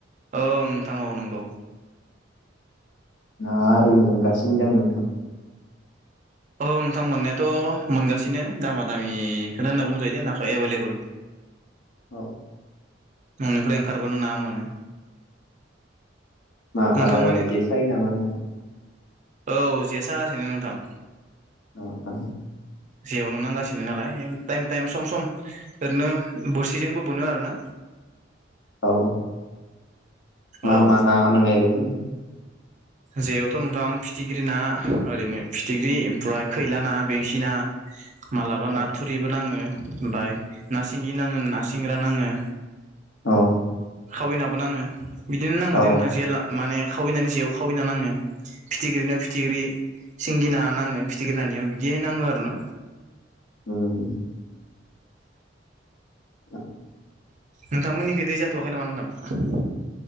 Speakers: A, on the right; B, on the left.
A: औ नोंथां औ नोंगौ।
B: ना आरि मोनगासिनो दों नोंथां।
A: औ नोंथां मोननायाथ' मोनगासिनो दामा दामिखोनो होनना बुंजायो दे नाखो एभेलेबल
B: औ
A: न'निफ्राय ओंखारबोनो ना मोनो।
B: मा
A: नोंथांमोननि
B: ओ जे सायो नामा नोंथां?
A: औ जे सागासिनो नोंथां।
B: आ आ
A: जेयावनो नांगासिनो नालाय टाइम टाइम सम सम ओरैनो बोरसिजोंबो बोनो आरो ना।
B: औ मा
A: औ
B: मा ना मोनो ओरैनो?
A: जेयावथ' नोंथां फिथिख्रि ना ओरैनो फिथिख्रि ओमफ्राय खैला ना बेंसि ना मालाबा
B: औ
A: ना थुरिबो नाङो ओमफाय ना सिंगि नाङो ना सिंग्रा नाङो।
B: औ
A: खावैनाबो नाङो बिदिनो नाङो
B: औ
A: दे नोंथां जे माने खावैनानै जेआव खावै ना नाङो। फिथिख्रिनियाव फिथिख्रि सिंगि ना नाङो फिथिख्रि नानिया बिदिहाय नाङो आरो ना।
B: उम। <inaudible>
A: नोंथांमोननिखै दै जाथवाखै नामा नोंथां?